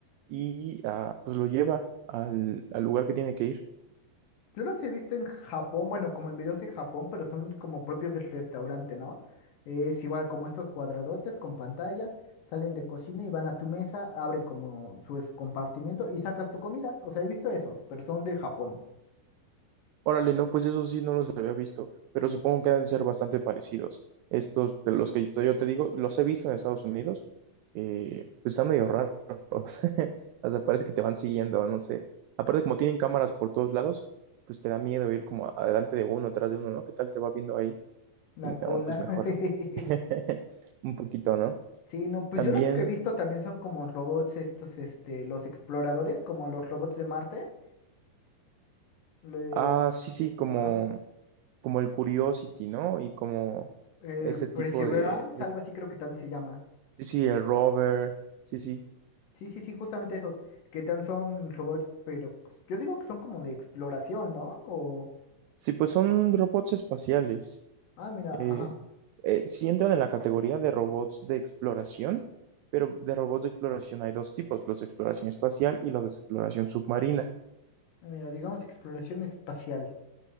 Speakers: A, on the right (about 85°); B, on the left (about 65°).
A: y ah, pues lo lleva al, al lugar que tiene que ir.
B: Yo los he visto en Japón, bueno, como en videos de Japón, pero son como propios del restaurante, ¿no? Es igual como estos cuadradotes con pantalla, salen de cocina y van a tu mesa, abre como su es- compartimiento y sacas tu comida. O sea, he visto esos, pero son de Japón.
A: Órale, no, pues eso sí no los había visto, pero supongo que deben ser bastante parecidos. Estos de los que yo yo te digo, los he visto en Estados Unidos, eh, pues están medio raros. <laughs> Hasta parece que te van siguiendo, no sé. Aparte, como tienen cámaras por todos lados, pues te da miedo ir como adelante de uno, atrás de uno, ¿no? ¿Qué tal te va viendo ahí?
B: La
A: Y
B: cola.
A: no, pues mejor.
B: <laughs>
A: <laughs> Un poquito, ¿no?
B: Sí, no, pues
A: También,
B: yo los que he visto también son como robots estos, este, los exploradores, como los robots de Marte. Le,
A: ah, sí, sí, como,
B: ajá.
A: como el Curiosity, ¿no? Y como
B: El
A: ese tipo
B: Perseverance,
A: de,
B: algo así creo que también se llama.
A: Sí, sí, el rover, sí, sí.
B: Sí, sí, sí, justamente esos, que también son robots, pero yo digo que son como de exploración, ¿no? O,
A: Sí, pues son robots espaciales.
B: ah, mira,
A: Eh,
B: ajá,
A: eh, sí entran en la categoría de robots de exploración, pero de robots de exploración hay dos tipos, los de exploración espacial y los de exploración submarina.
B: mira, digamos exploración espacial.